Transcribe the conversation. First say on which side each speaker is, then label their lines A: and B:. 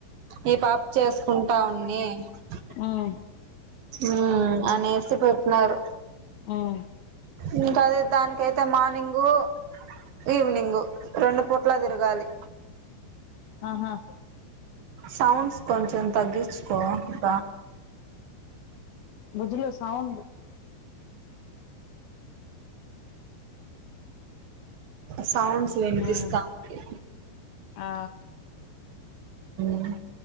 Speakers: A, on the right (about 60°); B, on the left (about 65°).
A: ఈ పాప చేసుకుంటా ఉన్ని అహా
B: ఆహా
A: ఉ ఆనేసి పెట్నన్నారు
B: ఆహా
A: ఇంకా అది దానినికితే మార్నింగు ఈవినింగు రెండు పూట్లా తిరగాలి
B: ఆహా
A: సౌండ్స్ కొంచెం తగ్గించుకో ఇం
B: మజలో సౌండ్
A: సౌండ్స్ వినిపిస్తా
B: ఉమ్
A: ఉ
B: ఆ
A: అహా